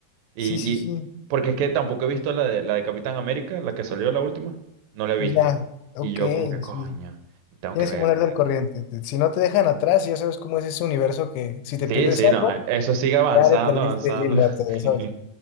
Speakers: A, on the right (about 75°); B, on the left (about 80°).
A: Y,
B: sí, sí, sí,
A: y porque es que tampoco he visto la de, la de Capitán América, la que salió la última, no la he visto.
B: ya, ok,
A: Y yo como que, coño,
B: sí.
A: tengo
B: Tienes
A: que verla.
B: que ponerte
A: y
B: al
A: tal.
B: corriente. Te- Si no te dejan atrás, ya sabes cómo es ese universo que si te
A: Sí,
B: pierdes
A: sí,
B: algo,
A: no, eh, eso sigue avanzando,
B: ya le perdiste
A: avanzando.
B: el hilo a todo,
A: <laughs>
B: ¿sabes?